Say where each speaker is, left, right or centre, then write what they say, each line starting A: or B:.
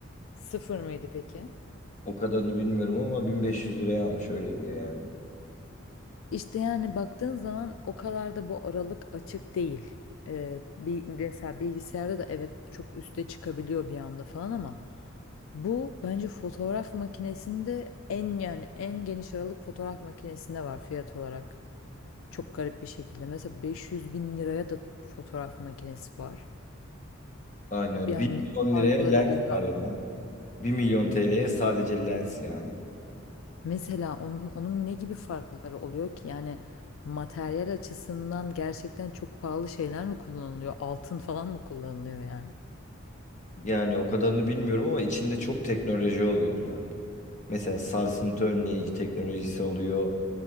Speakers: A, on the left (about 75°); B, on the left (about 35°).
A: Sıfır mıydı peki?
B: O kadarını bilmiyorum ama 1500 liraya almış öyle diyor yani.
A: İşte yani baktığın zaman o kadar da bu aralık açık değil. Ee, bir, mesela bilgisayarda da evet çok üste çıkabiliyor bir anda falan ama Bu bence fotoğraf makinesinde en yani en geniş aralık fotoğraf makinesinde var fiyat olarak. Çok garip bir şekilde. Mesela 500 bin liraya da fotoğraf makinesi var.
B: Aynen.
A: Yani
B: 1
A: ne
B: milyon
A: farkları
B: liraya lens
A: oluyor?
B: var ya. Bir milyon TL'ye sadece lens yani.
A: Mesela onun, onun ne gibi farkları oluyor ki? Yani materyal açısından gerçekten çok pahalı şeyler mi kullanılıyor? Altın falan mı kullanılıyor yani?
B: Yani o kadarını bilmiyorum ama içinde çok teknoloji oluyor onların. Mesela sarsıntı önleyici teknolojisi oluyor.